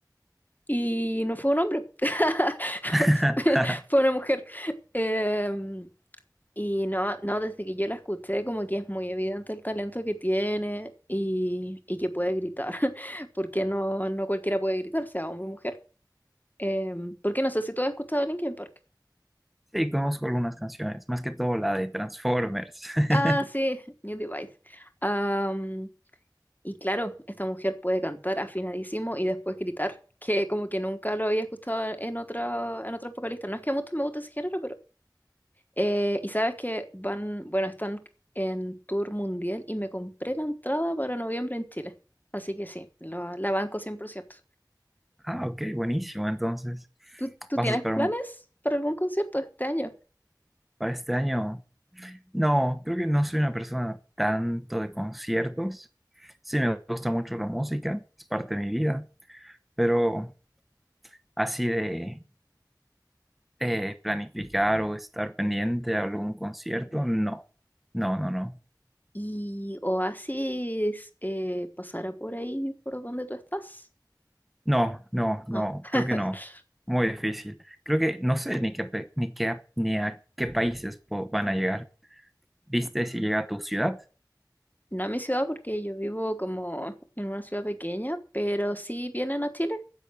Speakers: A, on the left; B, in the centre.
A: Y no fue un hombre, <laughs>
B: <laughs>
A: fue una mujer. Em, y no, no, desde que yo la escuché, como que es muy evidente el talento que tiene y, y que puede gritar, <laughs> porque no, no cualquiera puede gritar, sea hombre o mujer. Em, porque no sé si tú has escuchado Linkin Park.
B: Sí, conozco algunas canciones, más que todo la de Transformers.
A: Ah,
B: <laughs>
A: sí, New Device. Am, y claro, esta mujer puede cantar afinadísimo y después gritar, que como que nunca lo había escuchado en otra, en otros vocalistas. No es que a muchos me guste ese género, Eh, y sabes que van, bueno, están en tour mundial y me compré la entrada para noviembre en Chile. Así que sí, la la banco 100%.
B: Ah, ok, buenísimo. Entonces,
A: ¿Tú, tú
B: ¿vas
A: tienes
B: a esperar
A: planes
B: un-
A: para algún concierto este año?
B: para este año? No, creo que no soy una persona tanto de conciertos. Sí, me gusta mucho la música, es parte de mi vida, pero así de eh, planificar o estar pendiente a algún concierto, no, no, no, no,
A: ¿Y Oasis eh, pasará por ahí, por donde tú estás?
B: no, no, no,
A: Ah. <laughs>
B: creo que no, muy difícil. Creo que no sé ni qué, pe- ni qué, ni a qué países po- van a llegar. ¿Viste
A: No,
B: si llega a tu ciudad?
A: no a mi ciudad porque yo vivo como en una ciudad pequeña, pero sí vienen a Chile.